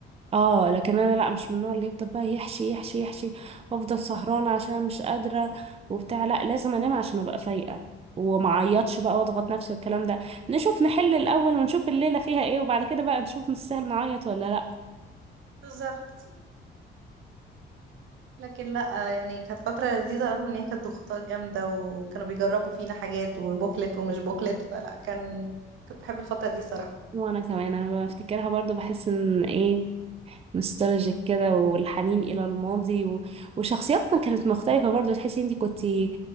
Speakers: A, on the right; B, on the right.
A: اه لكن انا لا مش من النوع اللي يفضل بقى يحشي يحشي يحشي وافضل سهرانه عشان مش قادره وبتاع لا لازم انام عشان ابقى فايقه وما اعيطش بقى واضغط نفسي والكلام ده نشوف نحل الاول ونشوف الليله فيها ايه وبعد كده بقى نشوف نستاهل نعيط ولا لا
B: بالظبط لكن لا يعني كانت فترة لذيذة رغم ان هي كانت ضغوطات جامدة وكانوا بيجربوا فينا حاجات وبوكلت ومش بوكلت فلا كان كنت بحب الفترة دي صراحة
A: وانا كمان انا لما بفتكرها برضو بحس ان ايه نوستالجيك كده والحنين الى الماضي و... وشخصياتنا كانت مختلفه برضو تحسي انتي كنتي